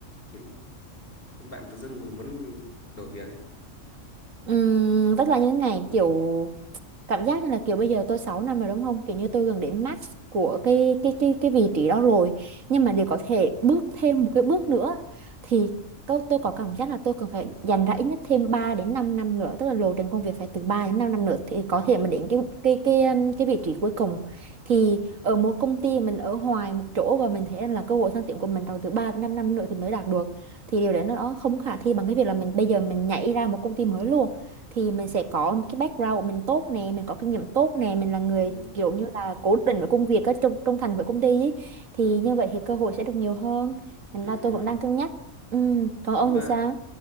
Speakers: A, on the left; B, on the right.
A: khiến khiến bạn tự dưng muốn đổi việc ấy
B: ừm, Tức là như thế này kiểu cảm giác như là kiểu bây giờ tôi 6 năm rồi đúng không kiểu như tôi gần đến max của cái cái cái cái vị trí đó rồi nhưng mà để có thể bước thêm một cái bước nữa thì tôi tôi có cảm giác là tôi cần phải dành ra ít nhất thêm 3 đến 5 năm nữa tức là lộ trình công việc phải từ 3 đến 5 năm nữa thì có
A: ờ
B: thể mà đến cái cái cái um, cái vị trí cuối cùng thì ở một công ty mình ở hoài một chỗ và mình thấy là cơ hội thăng tiến của mình trong từ 3 đến 5 năm nữa thì mới đạt được thì điều đấy nó không khả thi bằng cái việc là mình bây giờ mình nhảy ra một công ty mới luôn thì mình sẽ có một cái background của mình tốt nè mình có kinh nghiệm tốt nè mình là người
A: ừ.
B: kiểu như là cố định với công việc á, trung, trung thành với công ty ý. thì như vậy thì cơ hội sẽ được nhiều hơn thành
A: Ừ.
B: ra tôi vẫn đang cân nhắc ừ. còn ông
A: nhưng mà
B: thì sao